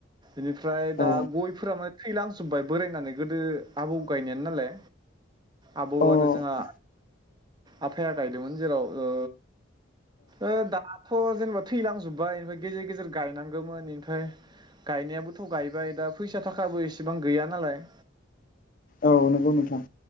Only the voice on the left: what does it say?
औ
अ ओं
औ नोंगौ नोंथां।